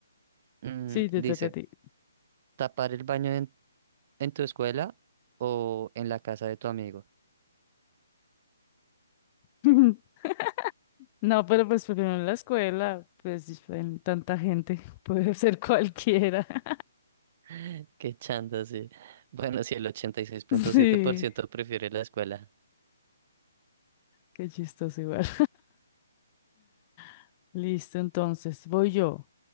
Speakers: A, on the right; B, on the left.
A: Mm,
B: Sí, te
A: dice,
B: toca a ti.
A: tapar el baño en, en tu escuela o en la casa de tu amigo. <gasps>
B: <laughs> No, pero pues primero en la escuela, pues en tanta gente, <laughs> puede ser cualquiera. <laughs>
A: <laughs> Qué chanda, sí. Bueno, sí, el ochenta y seis punto
B: Sí,
A: siete por ciento prefiere la escuela.
B: qué chistoso igual. <laughs> Listo, entonces voy yo.